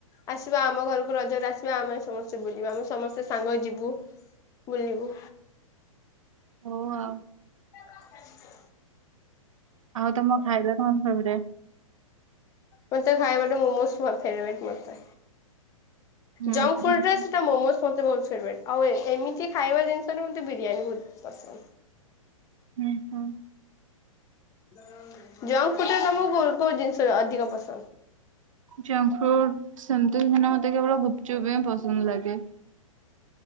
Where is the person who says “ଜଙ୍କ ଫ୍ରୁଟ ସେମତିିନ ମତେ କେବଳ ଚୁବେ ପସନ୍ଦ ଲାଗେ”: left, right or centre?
Right